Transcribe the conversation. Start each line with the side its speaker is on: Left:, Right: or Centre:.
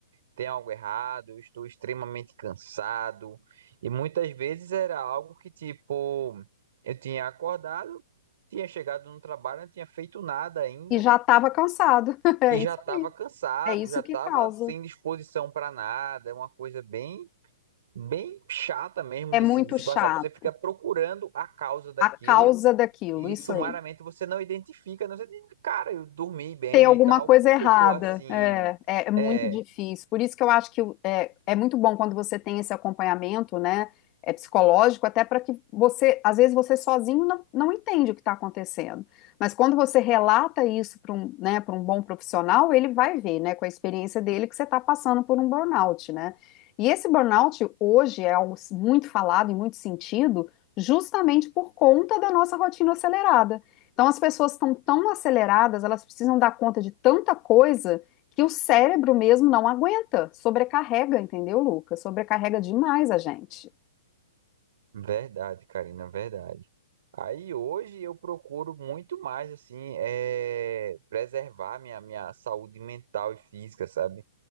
Right: tem algo errado, eu estou extremamente cansado. E muitas vezes era algo que, tipo, eu tinha acordado, tinha chegado no trabalho, não tinha feito nada ainda
Left: E já estava cansado. <laughs> É
Right: e já
Left: isso
Right: estava
Left: aí.
Right: cansado,
Left: É isso
Right: já estava
Left: que causa.
Right: sem disposição para nada. É uma coisa bem, bem chata mesmo
Left: É
Right: de
Left: muito
Right: se, de se
Left: chato.
Right: passar. Você fica procurando a causa daquilo.
Left: A causa daquilo,
Right: E
Left: isso
Right: sumariamente
Left: aí.
Right: você não identifica, não sei, cara, eu dormi bem
Left: ter alguma
Right: e tal,
Left: coisa
Right: porque
Left: errada.
Right: eu tô assim,
Left: É, é, é muito
Right: é,
Left: difícil. Por isso que eu acho que o- é, é muito bom quando você tem esse acompanhamento, né? É psicológico, até para que você, às vezes você sozinho não, não entende o que está acontecendo. Mas quando você relata isso para um, né, para um bom profissional, ele vai ver, né, com a experiência dele, que você está passando por um burnout, né? E esse burnout hoje é algo muito falado em muito sentido, justamente por conta da nossa rotina acelerada. Então, as pessoas estão tão aceleradas, elas precisam dar conta de tanta coisa que o cérebro mesmo não aguenta, sobrecarrega, entendeu, Lucas? Sobrecarrega demais a gente.
Right: Verdade, Karina, verdade. Aí hoje eu procuro muito mais assim, é, preservar minha, minha saúde mental e física, sabe?